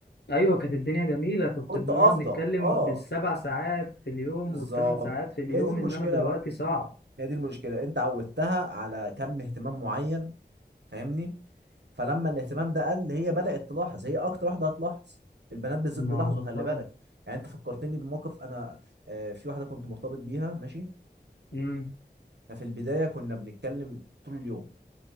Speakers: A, on the left; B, on the right.
A: ايوه كانت الدنيا جميلة كنت
B: كنت
A: بنقعد
B: افضى
A: نتكلم
B: اه
A: بالسبع ساعات في اليوم
B: بالظبط
A: والثمان ساعات في اليوم
B: هي دي المشكلة
A: انما دلوقتي
B: بقى
A: صعب
B: هي دي المشكلة انت عودتها على كم اهتمام معين فاهمني فلما الاهتمام ده قل هي بدأت تلاحظ هي اكتر واحدة هتلاحظ البنات بالذات
A: ما
B: بيلاحظوا خلي
A: طبعا
B: بالك يعني انت فكرتني بموقف انا آه، في واحدة كنت مرتبط بيها ماشي
A: مم.
B: ففي البدايه كنا بنتكلم طول اليوم